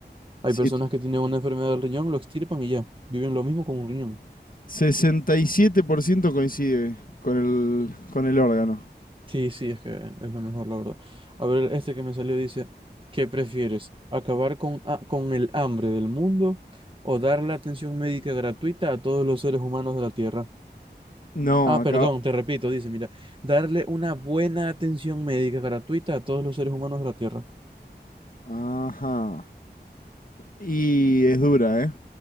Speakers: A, on the right; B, on the left.
A: Hay
B: Sí,
A: personas que tienen una enfermedad del riñón, lo extirpan y ya. Viven lo mismo con un riñón.
B: 67% coincide con el, con el órgano.
A: Sí, sí, es que es lo mejor, la verdad. A ver, este que me salió dice, ¿qué prefieres? ¿Acabar con, a- con el hambre del mundo o darle atención médica gratuita a todos los seres humanos de la Tierra?
B: No,
A: Ah,
B: acá...
A: perdón, te repito, dice, mira, darle una buena atención médica gratuita a todos los seres humanos de la Tierra.
B: Ajá. Y es dura, ¿eh?